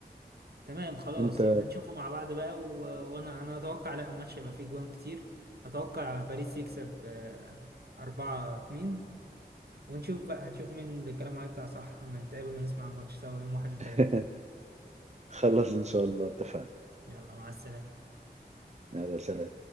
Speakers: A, on the right; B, on the right.
A: تمام خلاص
B: انت
A: يبقى نشوفه مع بعض بقى و... وانا انا اتوقع لا الماتش هيبقى فيه جوان كتير اتوقع باريس يكسب آه، أربعة اتنين ونشوف بقى هنشوف مين اللي كلامه هيطلع صح اما نتقابل ونسمع الماتش سوا يوم 31
B: <laughs> خلص ان شاء الله اتفقنا
A: يلا مع السلامة
B: يلا سلام